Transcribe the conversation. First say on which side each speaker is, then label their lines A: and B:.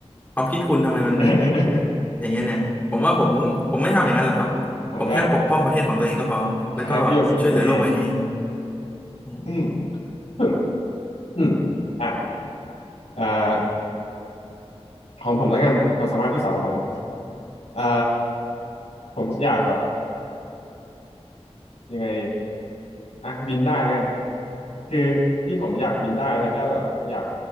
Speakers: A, on the left; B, on the left.
A: ความคิดคุณทำไมมัน
B: <laughs>
A: อย่างเงี้ยเนี่ยผมว่าผมผมไม่ทำอย่างนั้นหรอกครับผมแค่ปกป้องประเทศของตัวเองก็พอแล้วก็ช่วยเหลือโลกใบนี้
B: ผมก็ใช้ประโยชน์สูงสุดไง
A: อืม
B: อืมอืมอืมอ่ะอ่าของผมแล้วกันความสามารถที่สองของผมอ่าผมอยากแบบยังไง อ่ะบินได้แล้วกันคือที่ผมอยากบินได้แล้วก็แบบอยาก